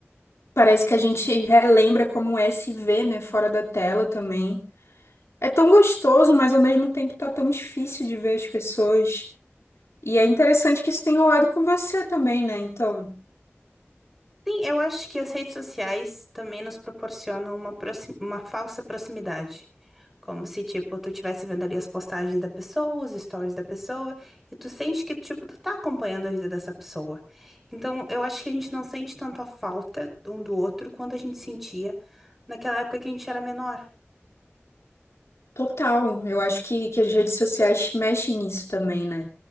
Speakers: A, on the left; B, in the centre.
A: Parece que a gente relembra como é se ver, né, fora da tela também. É tão gostoso, mas ao mesmo tempo tá tão difícil de ver as pessoas. E é interessante que isso tem rolado com você também, né? Então.
B: Sim, eu acho que as redes sociais também nos proporcionam uma, proxi- uma falsa proximidade. Como se, tipo, tu estivesse vendo ali as postagens da pessoa, os stories da pessoa, e tu sente que, tipo, tu tá acompanhando a vida dessa pessoa. Então, eu acho que a gente não sente tanto a falta um do outro quanto a gente sentia naquela época que a gente era menor.
A: Total, eu acho que, que as redes sociais mexem nisso também, né?